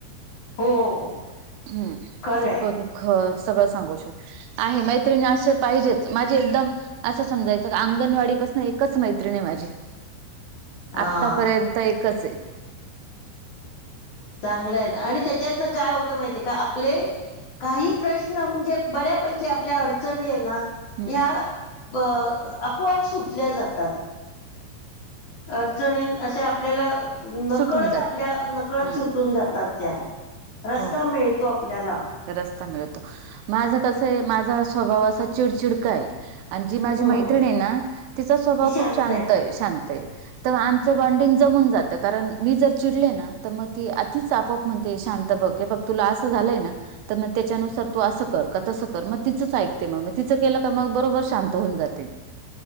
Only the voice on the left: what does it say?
हो..
खरंय
<inaudible> हा
चांगलंय ना... आणि त्याच्यातन काय होतं माही का आपले... काही प्रश्न म्हणजे बऱ्यापैकी आपल्या अडचणी है ना
या... ब... आपोआप सुटल्या जातात. अडचणीनन असे आपल्याला नकळत
आपल्या नकळत
सुटून जातात त्या, रस्ता
मिळतो आपल्याला.
हम्म
ती शांत
आहे